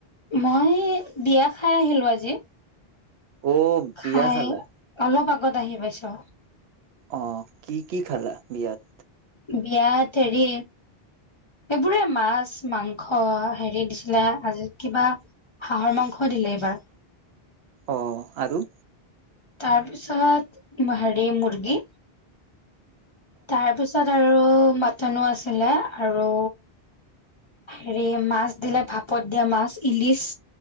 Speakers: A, on the left; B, on the right.
A: মই এই বিয়া খাই আহিলোঁ আজি।
B: অ', বিয়া
A: খাই
B: খালা।
A: অলপ আগত আহি পাইছো।
B: অ', কি- কি খালা বিয়াত।
A: বিয়াত হেৰি এইবোৰে মাছ, মাংস হেৰি দিছিলে আজি কিবা হাঁহৰ মাংস দিলে এইবাৰ।
B: অ', আৰু।
A: তাৰপিছত হেৰি মুৰ্গী, তাৰপিছত আৰু মাটনো আছিলে আৰু হেৰি মাছ দিলে ভাপত দিয়া মাছ, ইলিচ।